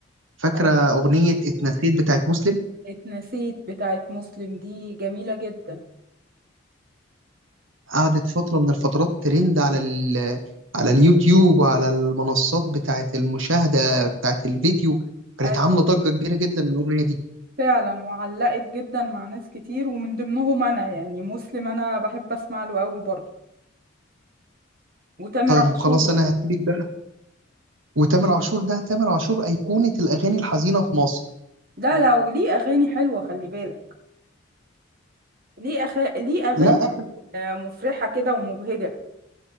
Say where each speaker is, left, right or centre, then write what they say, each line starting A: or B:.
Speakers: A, on the right; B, on the right.
A: فاكرة
B: أقول
A: أغنية اتنسيت بتاعت مسلم
B: اتنسيت بتاعت مسلم دي جميلة جدا
A: قعدت فترة من الفترات ترند على ال على اليوتيوب وعلى المنصات بتاعت المشاهدة بتاعت الفيديو كانت
B: ايوه
A: عاملة ضجة كبيرة جدا الأغنية دي
B: فعلا وعلقت جدا مع ناس كتير ومن ضمنهم انا يعني مسلم انا بحب اسمع له قوي برضو وتامر
A: طيب
B: عاشور
A: خلاص أنا هسيبك بقى وتامر عاشور ده تامر عاشور أيقونة الأغاني الحزينة في مصر
B: لا لا وليه اغاني حلوه خلي بالك ليه أخ... ليه اغاني
A: لا آخر
B: آه، مفرحه كده ومبهجه